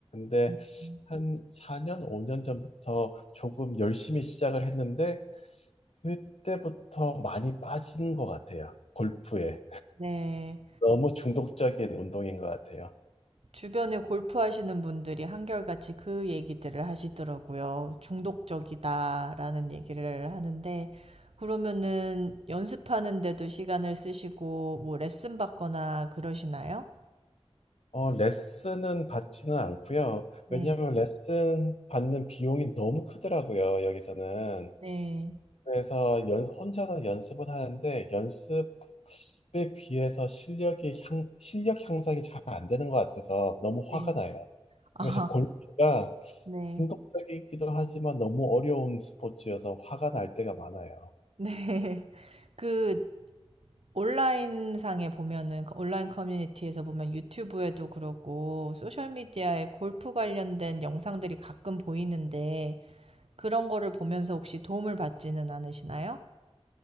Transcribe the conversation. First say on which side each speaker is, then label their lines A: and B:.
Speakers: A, on the left; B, on the right.
A: 근데
B: 음.
A: 한 4년, 5년 전부터 조금 열심히 시작을 했는데 그때부터 많이 빠진 것 같아요. 골프에.
B: 네.
A: 너무 중독적인 운동인 것 같아요.
B: 주변에 골프 하시는 분들이 한결같이 그 얘기들을 하시더라고요. 중독적이다라는 얘기를 하는데 그러면은 연습하는데도 시간을 쓰시고 뭐 레슨 받거나 그러시나요?
A: 어, 레슨은 받지는 않고요.
B: 네.
A: 왜냐하면 레슨 받는 비용이 너무 크더라고요, 여기서는.
B: 네.
A: 그래서 연, 혼자서 연습은 하는데 연습에 비해서 실력이 향, 실력 향상이 잘 안 되는 것 같아서 너무
B: 네.
A: 화가 나요.
B: 아.
A: 그래서 골프가
B: 네.
A: 중독적이기도 하지만 너무 어려운 스포츠여서 화가 날 때가 많아요.
B: 네. <laughs> 그 온라인상에 보면은 그 온라인 커뮤니티에서 보면 유튜브에도 그러고 소셜 미디어에 골프 관련된 영상들이 가끔 보이는데 그런 거를 보면서 혹시 도움을 받지는 않으시나요?